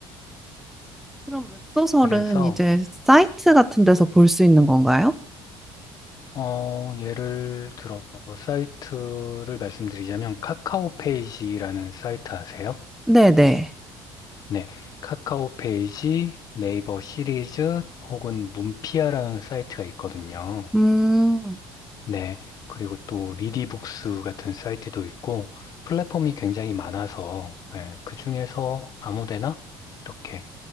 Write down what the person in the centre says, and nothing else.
그럼 웹소설은
이제 사이트 같은 데서 볼 수 있는 건가요?
네네.
음.